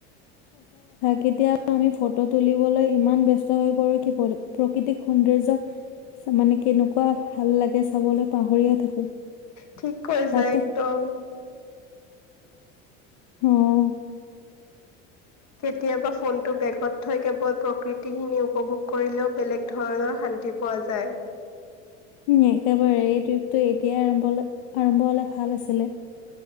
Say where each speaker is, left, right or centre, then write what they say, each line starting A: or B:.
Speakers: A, on the left (about 60°); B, on the left (about 45°).
A: কেতিয়া আমি ফটো তুলিবলৈ ইমান ব্যস্ত হৈ পৰো, কি প্ৰকৃতিক সৌন্দৰ্য মানে কেনেকুৱা ভাল লাগে চাবলে পাহৰিয়ে থাকো।
B: ঠিক কৈছা
A: তাতে
B: একদম।
A: হম।
B: কেতিয়াবা ফোনটো বেগ ত থই কেৱল প্ৰকৃতিখিনি উপভোগ কৰিলেও বেলেগ ধৰণৰ শান্তি পোৱা যায়।
A: উম একেবাৰে এই ট্ৰিপটো এতিয়াই আৰম্ভ হলে আৰম্ভ হলে ভাল আছিলে।